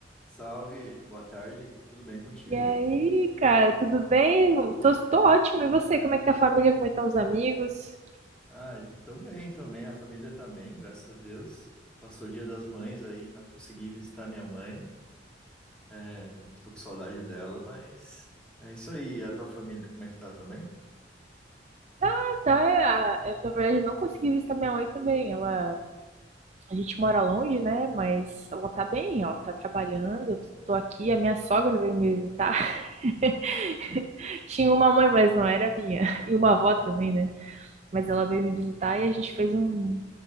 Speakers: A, in the centre; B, on the right.
A: Salve, boa tarde, tudo bem contigo?
B: E aí, cara, tudo bem? Tô, tô ótimo. E você? Como é que tá a família? Como é que estão os amigos?
A: Ah, também, também, a família tá bem, graças a Deus. Passou o Dia das Mães aí, não consegui visitar minha mãe, é, tô com saudade dela, mas é isso aí. E a tua família, como é que tá, também?
B: Ah, Tá, é, a- eu, na verdade, eu não consegui visitar minha mãe também. Ela, a gente mora longe, né? Mas ela tá bem, ó, tá trabalhando. Eu tô aqui. A minha sogra veio me visitar. <laughs> Tinha
A: <laughs>
B: uma mãe, mas não era minha. E uma avó também, né? Mas ela veio me visitar e a gente fez um